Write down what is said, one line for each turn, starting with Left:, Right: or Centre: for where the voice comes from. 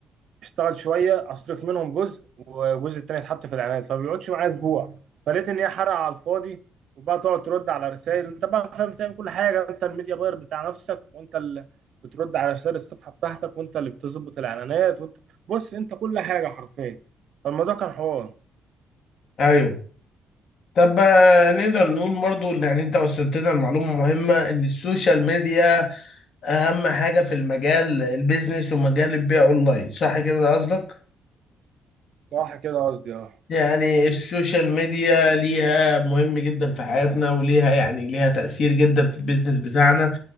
Right: اشتغل شويه اصرف منهم جزء والجزء التاني يتحط في الاعلانات فما بيقعدش معايا اسبوع فلقيت ان هي حرقه على الفاضي وبقى تقعد ترد على رسائل انت بقى فاهم بتعمل كل حاجه انت الميديا باير بتاع نفسك وانت اللي بترد على رسائل الصفحه بتاعتك وانت اللي بتظبط الاعلانات وانت بص انت كل حاجه حرفيا فالموضوع كان حوار
Left: ايوه طب آه، نقدر نقول برضو اللي يعني انت وصلت لنا المعلومة مهمة ان السوشيال ميديا اهم حاجة في المجال البيزنس ومجال البيع اونلاين صح كده ده قصدك
Right: صح كده قصدي اه
Left: يعني السوشيال ميديا ليها مهم جدا في حياتنا وليها يعني ليها تأثير جدا في البيزنس بتاعنا